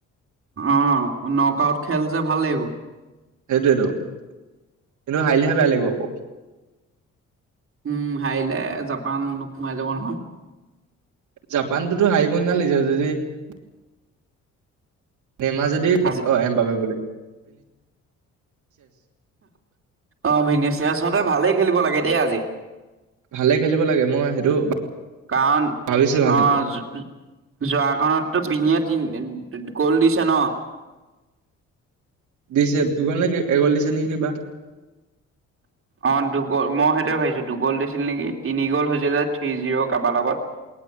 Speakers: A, on the right; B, on the right.
A: অ' নক আউট খেল যে ভাল লাগিব।
B: সেইটোৱো কিন্তু হাৰিলেহে বেয়া লাগিব আকৌ।
A: উম হাৰিলে জাপান সোমাই যাব নহয়।
B: জাপানটোতো হাৰিব <unintelligible> নমাৰ যদি
A: আজি
B: অ' এম্বাপ্পে বোলে
A: অ' ভনেচতে ভালেই খেলিব লাগে দেই আজি।
B: ভালে খেলিব লাগে মই সেইটো
A: কাৰণ
B: ভাবিছো ভাল
A: অ' যোৱাখনতো বিনিয়ে তি গ'ল দিছে ন। <inaudible>
B: দিছে <unintelligible> নে কিবা
A: অ' দুগল মই সেইটোৱে ভাবিছোঁ দুগ'ল দিছিল নেকি তিনি গ'ল হৈছিলে থ্ৰী জিৰ' কাৰোবাৰ লগত।